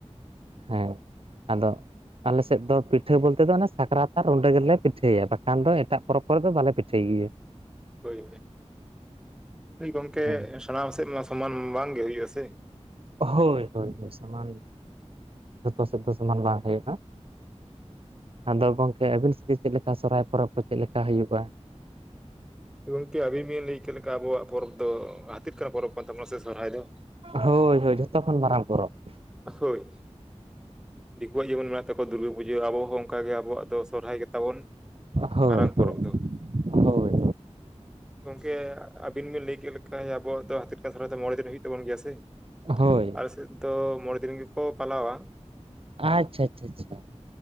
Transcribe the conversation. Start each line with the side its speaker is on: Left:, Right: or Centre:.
Right: ᱦᱮᱸ ᱟᱫᱚ ᱾ ᱟᱞᱮᱥᱮᱫ ᱫᱚ ᱯᱤᱴᱷᱟᱹ ᱵᱚᱞᱛᱮ ᱫᱚ ᱥᱟᱠᱨᱟᱛ ᱟᱨ ᱨᱩᱸᱰᱟᱹ ᱜᱮᱞᱮ ᱯᱤᱴᱷᱟᱹᱭᱟ ᱵᱟᱠᱷᱟᱱ ᱫᱚ ᱮᱴᱟᱜ ᱯᱚᱨᱚᱵᱽ ᱠᱚᱨᱮ ᱫᱚ ᱵᱟᱞᱮ ᱯᱤᱴᱷᱟᱹᱭ ᱜᱮᱭᱟ ᱾
Centre: ᱦᱩᱭ ᱦᱩᱭ ᱜᱚᱢᱠᱮ
Right: ᱦᱮᱸ
Centre: ᱥᱟᱱᱟᱢ ᱥᱮᱫ ᱢᱟ ᱥᱚᱢᱟᱱ ᱵᱟᱝᱜᱮ ᱦᱩᱭᱩᱜ ᱟᱥᱮ
Right: ᱦᱳᱭ ᱦᱳᱭ ᱥᱚᱢᱟᱱ ᱡᱚᱛᱚ ᱥᱮᱫ ᱫᱚ ᱥᱚᱢᱟᱱ ᱵᱟᱝ ᱦᱩᱭᱩᱜᱼᱟ ᱾ ᱟᱫᱚ ᱜᱚᱝᱠᱮ ᱟᱹᱵᱤᱱ ᱥᱮᱫ ᱜᱮ ᱪᱮᱫ ᱞᱮᱠᱟ ᱥᱚᱦᱚᱨᱟᱭ ᱯᱚᱨᱚᱵᱽ ᱠᱚ ᱪᱮᱫ ᱞᱮᱠᱟ ᱦᱩᱭᱩᱜᱼᱟ ᱾
Centre: ᱜᱚᱝᱠᱮ ᱟᱵᱤᱱ ᱵᱤᱱ ᱞᱟᱹᱭ ᱪᱮᱫ ᱞᱮᱠᱟ ᱟᱵᱚᱣᱟᱜ ᱯᱚᱨᱚᱵᱽ ᱫᱚ ᱦᱟᱛᱤ ᱠᱟᱱᱟ ᱯᱚᱨᱚᱵᱽ ᱠᱟᱱ ᱛᱟᱵᱚᱱᱟ ᱥᱮ ᱥᱚᱨᱦᱟᱭ ᱫᱚ ᱾
Right: ᱦᱳᱭ ᱦᱳᱭ ᱡᱚᱛᱚ ᱠᱷᱚᱱ ᱢᱟᱨᱟᱝ ᱯᱚᱨᱚᱵᱽ ᱾
Centre: ᱦᱳᱭ ᱫᱤᱠᱩᱣᱟᱜ ᱡᱮᱢᱚᱱ ᱢᱮᱱᱟᱜ ᱛᱟᱠᱚᱣᱟ ᱫᱩᱨᱜᱟᱹ ᱯᱩᱡᱟᱹ ᱟᱵᱚ ᱦᱚᱸ ᱚᱱᱠᱟᱜ ᱜᱮ ᱟᱵᱚᱣᱟᱜ ᱫᱚ ᱥᱚᱨᱦᱟᱭ ᱜᱮᱛᱟᱵᱚᱱ
Right: ᱦᱳᱭ
Centre: ᱢᱟᱨᱟᱝ ᱯᱚᱨᱚᱵᱽ
Right: ᱦᱳᱭ
Centre: ᱫᱚ
Right: ᱦᱳᱭ
Centre: <inaudible> ᱜᱚᱝᱠᱮ ᱟᱵᱤᱱ ᱵᱤᱱ ᱞᱟᱹᱭ ᱠᱮᱫ ᱞᱮᱠᱟ ᱟᱵᱚᱣᱟᱜ ᱫᱚ ᱦᱟᱛᱤ ᱞᱮᱠᱟᱱ ᱥᱚᱦᱨᱟᱭ ᱫᱚ ᱢᱚᱬᱮ ᱫᱤᱱ ᱦᱩᱭᱩᱜ ᱛᱟᱵᱚᱱ ᱜᱮᱭᱟ ᱥᱮ?
Right: ᱦᱳᱭ ᱾
Centre: ᱟᱞᱮ ᱥᱮᱫ ᱫᱚ ᱢᱚᱬᱮ ᱫᱤᱱ ᱜᱮᱠᱚ ᱯᱟᱞᱟᱣᱟ ᱾
Right: ᱟᱪᱷᱟ ᱟᱪᱷᱟ ᱟᱪᱷᱟ ᱾